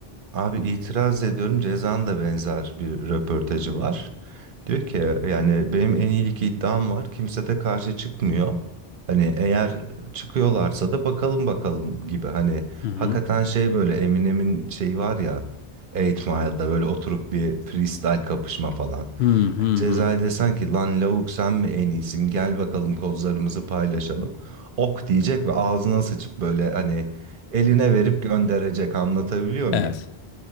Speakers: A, on the right (about 60°); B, on the left (about 85°).
A: Abi itiraz ediyorum. Ceza'nın da benzer bir röportajı var. Diyor ki yani benim en iyilik iddiam var. Kimse de karşı çıkmıyor. Hani eğer çıkıyorlarsa da bakalım bakalım gibi. Hani
B: Hı hı.
A: hakikaten şey böyle Eminem'in şeyi var ya 8 Mile'da böyle oturup bir freestyle kapışma falan.
B: Hı hı
A: Hani Ceza'ya
B: hı.
A: desen ki lan lavuk sen mi en iyisin gel bakalım kozlarımızı paylaşalım. Ok diyecek ve ağzına sıçıp böyle hani eline verip gönderecek anlatabiliyor muyum?
B: Evet.